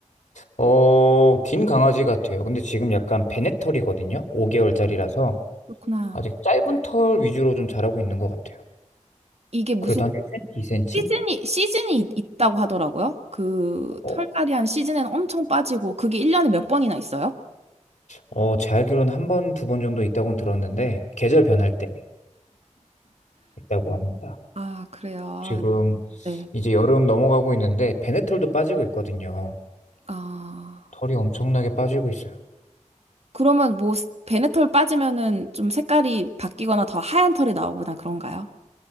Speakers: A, on the left (about 65°); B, on the right (about 55°).
A: 어, 긴 강아지 같아요. 근데 지금 약간 베네털이거든요. 5개월짜리라서
B: 그렇구나.
A: 아직 짧은 털 위주로 좀 자라고 있는 것 같아요.
B: 이게 무슨
A: 그래도 한 1cm, 2cm?
B: 시즌이 시즌이 있- 있다고 하더라고요. 그
A: 어,
B: 털갈이한 시즌에는 엄청 빠지고 그게 1년에 몇 번이나 있어요?
A: 어, 제 알기로는 한 번, 두 번 정도 있다고 들었는데 계절 변할 때 있다고 합니다.
B: 아, 그래요. 아,
A: 지금
B: 네.
A: 이제 여름 넘어가고 있는데 베네털도 빠지고 있거든요.
B: 아.
A: 털이 엄청나게 빠지고 있어요.
B: 그러면 뭐 베네털 빠지면은 좀 색깔이 바뀌거나 더 하얀 털이 나오거나 그런가요?